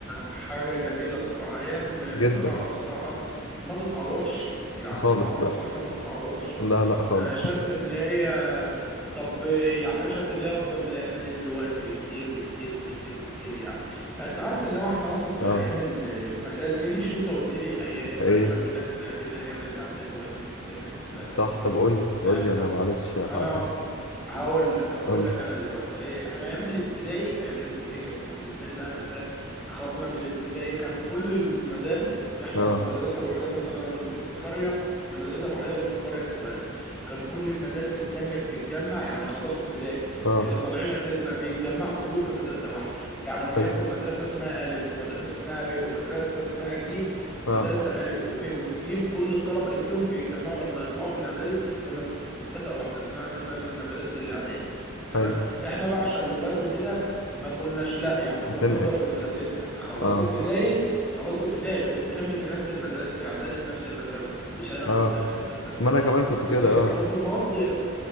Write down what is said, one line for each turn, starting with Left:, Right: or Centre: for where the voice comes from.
Centre: حاجه جميله بصراحه ايام
Left: جدا
Centre: بصراحه بصراحه ما تتعوضش يعني
Left: خالص
Centre: بالمعنى
Left: لا
Centre: الحرفي ما تتعوضش
Left: لا لا خالص
Centre: انا شايف ان هي طب يعني انا شايف اللي هي افضل من الايام دي دلوقتي بكتير بكتير بكتير بكتير يعني انت عارف ان هو احنا اصلا في
Left: اه
Centre: ايام ال- ما سالتنيش انت قلت لي أي- الفرق
Left: ايه
Centre: ما بينك ما بين ايام الاعدادي وايام الابتدائي بالنسبه
Left: صح
Centre: لك
Left: طب قول لي قول
Centre: انا
Left: لي انا معلش هاكلم
Centre: انا هقول لك هقول
Left: قول
Centre: لك
Left: لي
Centre: انا دلوقتي إيه، انا ايام الابتدائي ايام الابتدائي كانت بالنسبه لي بقى انت فاهم خرجنا من الابتدائي كان كل المدارس احنا
Left: اه
Centre: المدرسه الوحيده مثلا اللي في القريه المدرسه الوحيده اللي في القريه واحد. كان كل المدارس التانية بتتجمع يعني خلصوا ابتدائي
Left: اه
Centre: اللي طالعين اعدادي بقى بيتجمعوا كلهم في مدرسه واحده يعني وليكن
Left: حلو
Centre: مدرسه اسمها الف ومدرسه اسمها ب ومدرسه اسمها جيم مدرسه
Left: اه
Centre: الف وب وجيم كل الطلبه اللي فيهم بيتجمعوا لما يطلعوا في الاعدادي في مدرسة واحدة اسمها مثلا مدرسة الإعدادي تمام
Left: حلو
Centre: احنا بقى عشان لغات وكده ما كناش لا يعني كنا
Left: بتنقل
Centre: بنفضل في مدرستنا خلصت
Left: اه
Centre: ابتدائي خلصت ابتدائي بتكمل في نفس المدرسة اعدادي في نفس المدرسة وثانوي
Left: اه
Centre: في نفس المدرسة
Left: ما انا كمان كنت
Centre: كانت
Left: كده
Centre: كانت
Left: اه
Centre: المواد